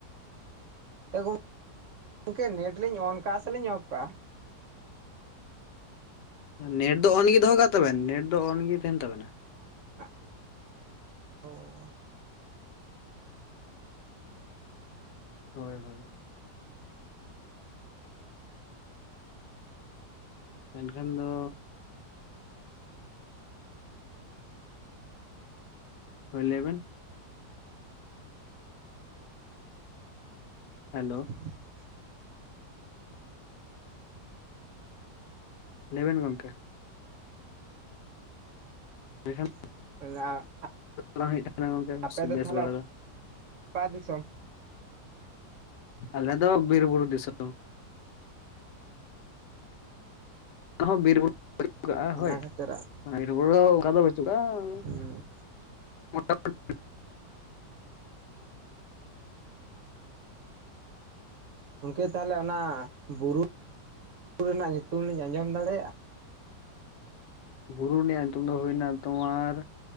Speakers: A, on the right; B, on the left.
A: ᱮ ᱜᱚᱝ-ᱜᱚᱝᱠᱮ ᱱᱮᱴ ᱞᱤᱧ ᱚᱱ ᱠᱟᱜᱼᱟ ᱥᱮᱞᱤᱧ ᱚᱯᱷ ᱠᱟᱜᱼᱟ?
B: ᱱᱮᱴ ᱫᱚ ᱚᱱ ᱜᱮ ᱫᱚᱦᱚ ᱠᱟᱜ ᱛᱟᱵᱮᱱ ᱱᱮᱴ ᱫᱚ ᱚᱱ ᱜᱮ ᱛᱟᱦᱮᱱ ᱛᱟᱵᱮᱱᱟ᱾
A: <unintelligible>
B: ᱦᱳᱭ, ᱦᱳᱭ᱾ ᱢᱮᱱ ᱠᱷᱟᱱ ᱫᱚ ᱦᱳᱭ ᱞᱟᱹᱭ ᱵᱮᱱ᱾ ᱦᱮᱞᱳ᱾
A: <inaudible>
B: ᱞᱟ. ᱭ ᱵᱮᱱ ᱜᱚᱝᱠᱮ᱾ ᱮᱱᱠᱷᱟᱱ
A: <unintelligible>
B: ᱵᱟᱝ ᱦᱳᱭᱳᱜ ᱠᱟᱱᱟ ᱜᱚᱝᱠᱮ
A: ᱟᱯᱮ
B: ᱵᱮᱥ
A: ᱛᱟᱦᱚᱞᱮ
B: ᱵᱟᱲᱟ ᱫᱚ ᱾
A: <unintelligible> ᱫᱤᱥᱚᱢ᱾
B: ᱟᱞᱮ ᱫᱚ ᱵᱤᱨ ᱵᱩᱨᱩ ᱫᱤᱥᱚᱢ᱾ ᱦᱚᱸ ᱵᱤᱨ ᱵᱩᱨᱩ <unintelligible>
A: ᱚᱱᱟ
B: ᱦᱳᱭ
A: ᱠᱷᱟᱹᱛᱤᱨᱟᱜ
B: ᱵᱤᱨ ᱵᱩᱨᱩ ᱨᱮ ᱚᱠᱟ ᱫᱚ <unintelligible>
A: ᱦᱩᱸ ᱜᱚᱢᱠᱮ ᱛᱟᱦᱚᱞᱮ ᱚᱱᱟ ᱵᱩᱨᱩ ᱨᱮᱱᱟᱜ ᱧᱩᱛᱩᱢ ᱞᱤᱧ ᱟᱸᱡᱚᱢ ᱫᱟᱲᱮᱭᱟᱜᱼᱟ᱾
B: ᱵᱩᱨᱩ ᱨᱮᱱᱟᱜ ᱧᱩᱛᱩᱢ ᱫᱚ ᱦᱩᱭᱱᱟ ᱛᱳᱢᱟᱨ